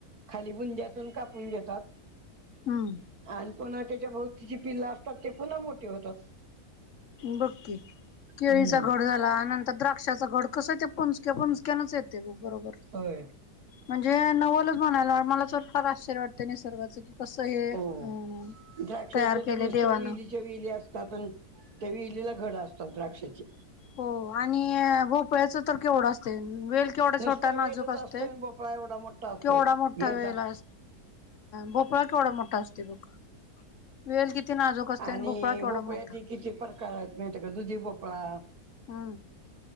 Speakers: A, on the right (about 60°); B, on the left (about 50°).
A: खाली बुंद्यातून कापून घेतात
B: हम
A: आणि पुन्हा त्याच्या भोवतीची पिल्ला असतात ते पुन्हा मोठे होतात
B: बक्की केळीचा
A: हम्म
B: गोड झाला नंतर द्र पक्षाचा घड कसं ते पंचक्या पचक्याच येते बरोबर
A: होय
B: म्हणजे नवलच म्हणायला मला तर फारश्र्य वाटतं नाही सर्वचं की कसं हे
A: हो
B: अ
A: द्राक्षच्या
B: तयार केले
A: तर नुसत्याली
B: देवानं
A: वेली असतात त्या वेलीला घड असतात द्राक्षाची
B: हो आणि भोपळायचं तर केवढं असते वेळ केवढा
A: नुसता
B: छोटा नाजूक
A: वेलच
B: असते
A: असतोय आणि भोपळा एवढा मोठा असतोय
B: केवढा मोठा
A: गेरदार.
B: वेळेला अस भोपळा केवढा मोठा असते बघ वेल किती नाजूक असते
A: आणि
B: भोपळा केवढा
A: बोपळ्याची
B: मोठा
A: किती प्रकार आहेत माहती का दुधी भोपळा
B: हा